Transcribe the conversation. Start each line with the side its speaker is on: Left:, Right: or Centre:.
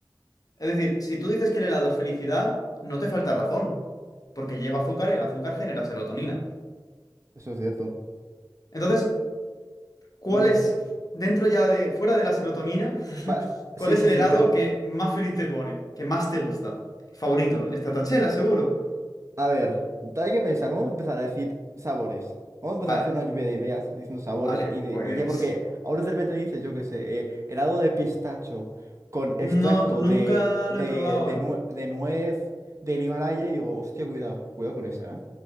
Left: Es decir, si tú dices que el helado es felicidad, no te falta razón, porque lleva azúcar y el azúcar genera serotonina.
Right: eso es cierto.
Left: Entonces, ¿cuál
Right: Bueno,
Left: es, dentro ya de, fuera de la serotonina, <laughs>
Right: va- Sí,
Left: cuál es
Right: sí,
Left: el
Right: sí,
Left: helado
Right: tengo...
Left: que más feliz te pone, que más te gusta? Favorito, el stracciatella, seguro.
Right: A ver, hay que pensar, vamos a empezar a decir sabores. Vamos a empezar
Left: Vale,
Right: a hacer una lluvia de ideas diciendo sabores
Left: vale,
Right: y, de-
Left: pues...
Right: y ya porque ahora de repente me dices, yo qué sé, eh, helado de pistacho con extracto
Left: No, nunca
Right: de, de,
Left: lo he probado,
Right: de,
Left: ¿eh?
Right: nue- de nuez del Himalaya y digo, hostia, cuidado, cuidado con esa, ¿eh?